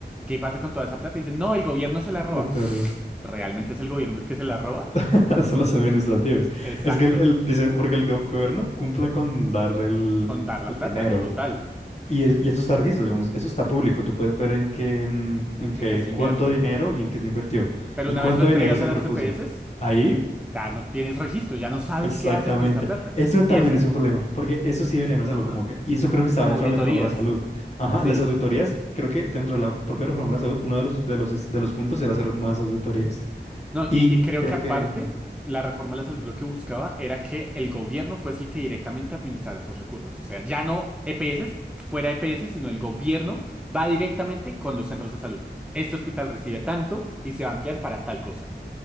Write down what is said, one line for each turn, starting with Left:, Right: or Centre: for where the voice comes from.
Centre: ¿Qué pasa con toda esa plata? Dicen, no, el gobierno se la roba.
Left: Te pierdo.
Centre: ¿Realmente es el gobierno el que se la roba?
Left: <laughs> Son los administrativos.
Centre: Exacto,
Left: Es que el, el- dicen, porque el go- gobierno cumple con darle el,
Centre: con dar la
Left: el
Centre: plata,
Left: dinero.
Centre: total,
Left: Y, es- y eso está registro, digamos, eso está público. Tú puedes ver en qué, mm, en qué,
Centre: en qué se invierte.
Left: cuánto dinero y en qué se invirtió.
Centre: Pero
Left: Y
Centre: una
Left: cuánto
Centre: vez lo entregas
Left: dinero se
Centre: a las
Left: propuso.
Centre: CPS,
Left: Ahí,
Centre: ya no tienes registro, ya no sabes
Left: exactamente.
Centre: qué hacen con esa plata.
Left: Eso
Centre: Y
Left: también
Centre: eso,
Left: es un problema, porque eso sí deberían hacerlo
Centre: ajá,
Left: como que. Y eso creo que estaba
Centre: como
Left: dentro
Centre: auditorías.
Left: de la reforma a la salud. Ajá,
Centre: Sí,
Left: las auditorías, creo que dentro de la propia reforma a la salud, uno de los, de los, de los puntos era hacer más auditorías.
Centre: No,
Left: Y
Centre: y, y creo
Left: creo
Centre: que aparte,
Left: que
Centre: la reforma de la salud lo que buscaba era que el gobierno fuese el que directamente administrara esos recursos. O sea, ya no EPS, fuera EPS, sino el gobierno va directamente con los centros de salud. Este hospital recibe tanto y se va a ampliar para tal cosa.